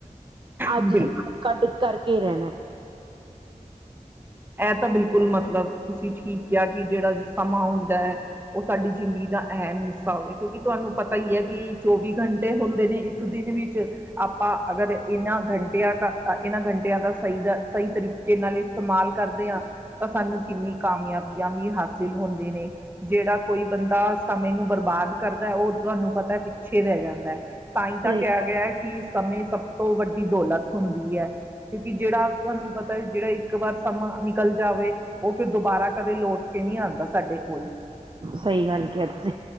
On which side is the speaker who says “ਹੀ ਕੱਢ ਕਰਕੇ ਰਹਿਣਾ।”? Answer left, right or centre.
Right